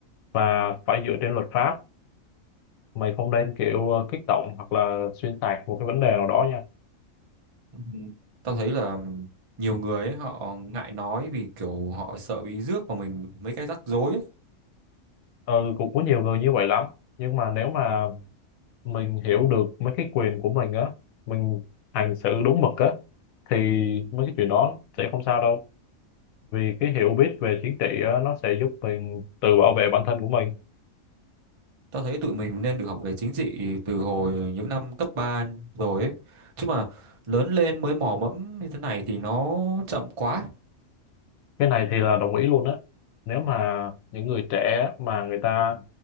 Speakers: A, on the left (about 85°); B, on the right (about 35°).
A: và phải dựa trên luật pháp mày không nên kiểu ờ, kích động hoặc là xuyên tạc một cái vấn đề nào đó nha
B: Ừ, Tao thấy là nhiều người ấy, họ ngại nói vì kiểu họ sợ bị rước vào mình mấy cái rắc rối ấy.
A: ừ cũng có nhiều người như vậy lắm nhưng mà nếu mà mình hiểu được mấy cái quyền của mình á mình hành xử đúng mực á thì mấy cái chuyện đó sẽ không sao đâu vì cái hiểu biết về chính trị á, nó sẽ giúp mình tự bảo vệ bản thân của mình
B: Tao thấy tụi mình nên được học về chính trị từ hồi những năm cấp 3 rồi ấy. Chứ mà lớn lên mới mò mẫm như thế này thì nó chậm quá.
A: cái này thì là đồng ý luôn á nếu mà những người trẻ mà người ta